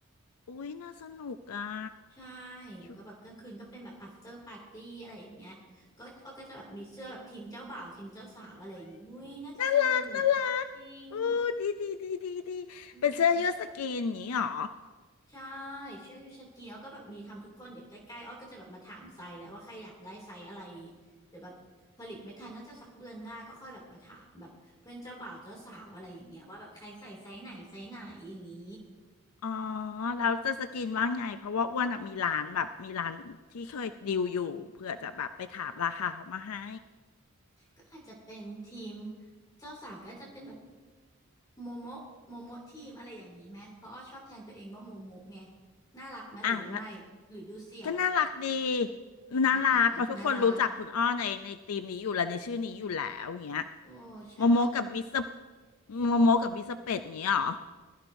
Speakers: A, on the left; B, on the left.
A: อุ้ยน่าสนุกอ่ะ
B: ใช่แล้วก็แบบกลางคืนก็เป็นแบบ
A: ชุ
B: after party อะไรอย่างเงี้ยก็อ้อก็จะแบบมีเสื้อแบบทีมเจ้าบ่าวทีมเจ้าสาวอะไรอย่างงี้อุ้ยน่าจะสนุกจริง
A: น่ารักน่ารักโอ้ดีดีดีดีดีเป็นเสื้อยืดสกรีนอย่างนี้หรอ
B: อืม ใช่ช่วยสกรีนแล้วก็แบบมีทำทุกคนเดี๋ยวใกล้ๆอ้อก็จะแบบมาถามไซส์แล้วว่าใครอยากได้ไซส์อะไรเดี๋ยวแบบผลิตไม่ทันน่าจะสักเดือนหน้าก็ค่อยแบบมาถามแบบเพื่อนเจ้าบ่าวเจ้าสาวอะไรอย่างเงี้ยว่าแบบใครใส่ไซส์ไหนไซส์ไหนอย่างนี้
A: อ๋อแล้วจะสกินว่าไง เพราะว่าอ้วนอะมีร้านแบบมีร้านที่เคยดีลอยู่เพื่อจะแบบไปถามราคาเขามาให้
B: ก็อาจจะเป็นทีมเจ้าสาวก็จะเป็นแบบโมโมะโมโมะทีมอะไรอย่างนี้ไหมเพราะอ้อชอบแทนตัวเองว่าโมโมะไงน่ารักไหมหรือว่าไม่หรือดูเสี่ยว
A: อ่ะแล้วก็น่ารักดีน่ารักเพราะทุกคนรู้จักคุณอ้อในในทีมนี้อยู่แล้วในชื่อนี้อยู่แล้วอย่างเงี้ย
B: อ่ะอ่ะอ่ะน่ารักโอ้ใช่
A: โมโมกับมิสเตอร์โมโมกับมิสเตอร์เป็ดอย่างเงี้ยเหรอ <laughs>